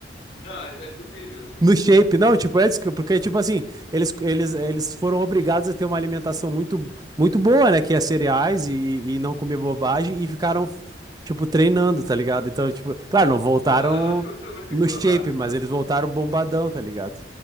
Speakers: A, on the left; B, on the right.
A: Não, isso é impossível.
B: No shape, não, tipo, é, isso que- porque, tipo assim, eles, eles, eles foram obrigados a ter uma alimentação muito, muito boa, né? Que é cereais e, e não comer bobagem e ficaram, tipo, treinando, tá ligado? Então, tipo, claro, não voltaram
A: Eu, eu acho isso muito
B: no
A: improvável.
B: shape, mas eles voltaram bombadão, tá ligado?